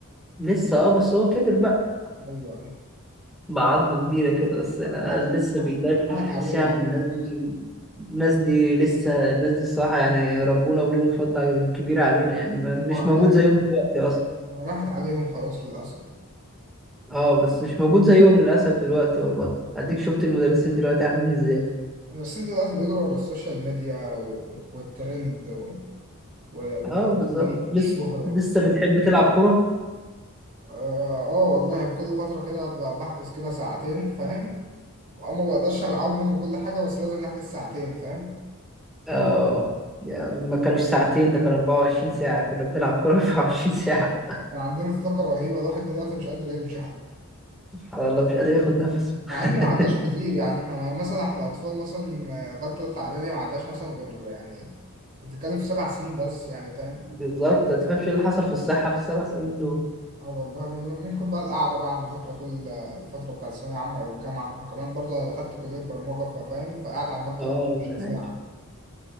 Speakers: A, in the centre; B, on the right.
A: لسه اه بس هو كبر بقى
B: أيوه أيوه
A: بعظمة كبيرة كده بس لا
B: راحت
A: لسه
B: راح-
A: بيدرس
B: راحت عليه
A: يعني
B: يعني
A: الناس
B: خلاص
A: دي الناس دي لسه الناس دي الصراحة يعني ربنا وليهم فضل كبير علينا يعني ما- مش
B: وهي-
A: موجود زيهم دلوقتي أصلا
B: راحت عليهم خلاص للأسف
A: اه بس مش موجود زيهم للأسف دلوقتي والله أديك شفت المدرسين دلوقتي عاملين ازاي
B: المدرسين دلوقتي بيجروا ورا السوشيال ميديا و... والترند و... وال- والتسويق
A: اه بالظبط
B: والشهرة
A: لسه لسه بتحب تلعب كرة
B: آه, آه والله بكل فترة كده ب- بحجز كده ساعتين فاهم وأما بقدرش ألعبهم وكل حاجة بس لازم نحجز ساعتين فاهم
A: اه يا- ما كانوش ساعتين ده كان 24 ساعة كنا بنلعب كرة <laughs> 24 ساعة
B: فعندنا طاقة رهيبة الواحد دلوقتي مش قادر يمشي حتى
A: سبحان الله مش قادر ياخد نفسه
B: مع
A: <laughs>
B: إنه ما عداش كتير يعني إحنا مثلا إحنا أطفال مثلا آه، لغاية تالتة إعدادي ما عداش مثلا غير يعني أنت بتتكلم في سبع سنين بس يعني فاهم
A: بالظبط ما تفهمش ايه اللي حصل في الصحة في السبع سنين دول
B: اه والله م- ممكن بقى القعدة بقى على المذاكرة طول آه، الفترة بتاعت الثانوية العامة والجامعة وكمان برضه أنا دخلت كلية برمجة فاهم فقاعد على المكتب
A: اه
B: 24
A: ما انا
B: ساعة
A: عارف